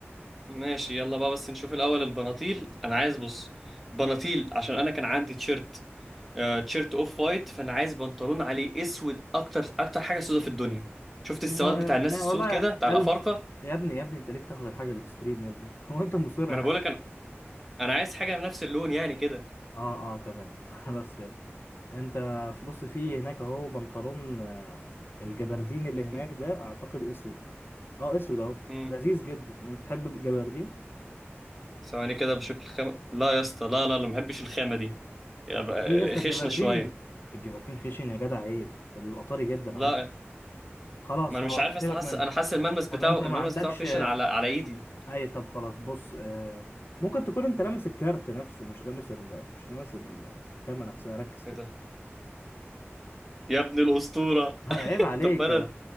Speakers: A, in the centre; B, on the left.
A: ماشي يلا بقى بس نشوف الاول البناطيل انا عايز بص بناطيل عشان انا كان عندي تيشيرت آه تيشيرت اوف وايت فانا عايز بنطلون عليه اسود اكتر اكتر حاجه سودة في الدنيا شفت السواد
B: آه،
A: بتاع الناس
B: يا
A: السود
B: والله
A: كده بتاع
B: قلب
A: الافارقه
B: يا ابني يا ابني انت ليه بتاخد الحاجه الاكستريم يا ابني <laughs> هو انت مصر
A: ما
B: يا
A: انا بقولك انا انا عايز حاجه نفس اللون يعني كده
B: اه اه تمام <laughs> خلاص فهمت انت بص في هناك اهو بنطلون آه، الجبردين اللي هناك
A: م-
B: ده اعتقد اسود اه اسود اهو
A: م.
B: لذيذ جدا انت تحب الجبردين
A: ثواني كده بشوف الخامه لا يا اسطى لا لا لا ما بحبش الخامه دي يبقى
B: ليه يا اسطى
A: خشنه
B: الجبردين
A: شويه
B: الجبردين خشن يا جدع عيب ده بيبقى طري جدا
A: لا
B: اهو خلاص
A: ما انا
B: خلاص
A: مش عارف اصلا
B: سيبك
A: حاسس
B: منه
A: انا حاسس الملمس بتاعه
B: طب انت ما
A: الملمس
B: عندكش
A: بتاعه خشن على على ايدي
B: اي طب خلاص بص آه ممكن تكون انت لامس الكارت نفسه مش لامس ال... مش لامس الخامة نفسها ركز كده
A: كده يا ابن الاسطوره
B: ها، عيب عليك
A: طب ما انا